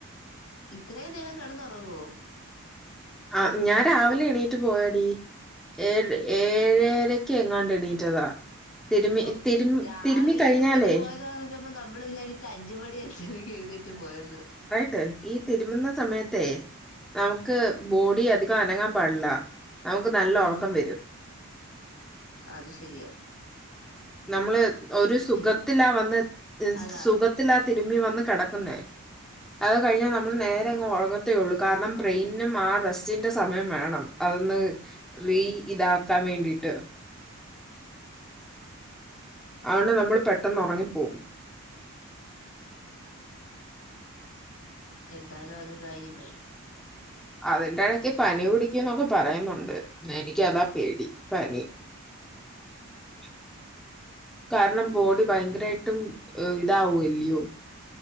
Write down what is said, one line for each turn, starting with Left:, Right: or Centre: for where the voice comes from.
Left: ഇത്രേം നേരം കിടന്നുറങ്ങോ
Centre: ആഹ് ഞാൻ രാവിലെ എണീറ്റ് പോയാടി ഏര്
Left: ഉം
Centre: ഏഴെര ക്കെങ്ങാണ്ട് എണീറ്റതാ തിരുമ്മി
Left: ഓഹ്
Centre: തിരു
Left: രാവിലെ
Centre: തിരുമ്മി കഴിഞ്ഞാലേ
Left: എഴുന്നേറ്റ് പോയെന്ന് പറഞ്ഞപ്പോ നമ്മൾ വിചാരിച്ച അഞ്ച്മണി <unintelligible> ക്ക് എഴുനെറ്റ് പോയന്ന്
Centre: ട്ട് ഈ തിരുമുന്ന സമയത്തെ നമുക്ക് ബോഡി അധി ക്ക അനങ്ങാൻ പാടില്ല നമുക്ക് നല്ല
Left: ഉം
Centre: ഒറക്കം വരും
Left: അത് ശരിയ
Centre: നമ്മള് ഒരു സുഖത്തിലാ
Left: ചെയ്യുമ്പോ
Centre: വന്ന്
Left: അതാ
Centre: സുഖത്തിലാ തിരുമ്പി വന്ന് കട ക്കന്നെ അത് കഴിഞ്ഞ നമ്മൾ നേരെങ് ഒറങ്ങത്തേള്ളൂ കാർണം ബ്രെയിനും ആ റസ് ന്റ സമയം വേണം അതൊന്ന് റീ ഇതാക്കാൻ വേണ്ടിട്ട് ആണ്ട് നമ്മൾ പെട്ടെന്നൊറങ്ങിപ്പോം
Left: എന്തായാലും അത് കാര്യവായി
Centre: അതിന്റെടക്ക് പനി കുടിക്കുന്നൊക്കെ പറയ്ന്നൊണ്ട് എനിക്ക് അതാ പേടി പനി <inaudible> കാർണം ബോഡി ഭയങ്കരാട്ടും ഇതാവുല്യോ